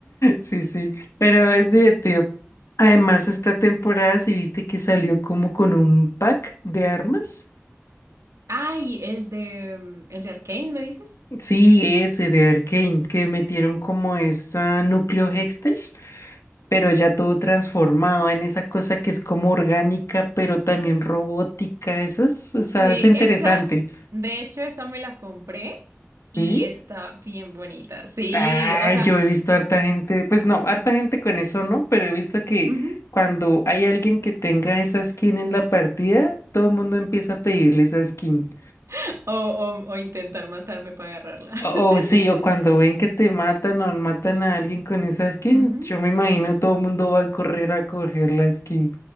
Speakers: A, on the left; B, on the right.
A: Sí, sí, pero es divertido. Además, esta temporada, si viste que salió como con un pack de armas?
B: Ay, el de, mm, el de Arcane, ¿me dices?
A: Sí, ese de Arcane, que metieron como esta núcleo Hextech, pero ya todo transformado en esa cosa que es como orgánica, pero también robótica. Eso es, o sea,
B: Sí,
A: es interesante.
B: esa, de hecho, esa me la compré y
A: ¿Sí?
B: está bien bonita. Sí,
A: Ay,
B: o sea,
A: yo he visto harta gente, pues no, harta gente con eso no, pero he visto que
B: ujú,
A: cuando hay alguien que tenga esa skin en la partida, todo el mundo empieza a pedirle esa skin.
B: <laughs> O, o- o intentar matarme para agarrarla.
A: O,
B: <laughs>
A: o sí, o cuando ven que te matan o matan a alguien con esa skin,
B: Ujú.
A: yo me imagino todo el mundo va a correr a coger la skin.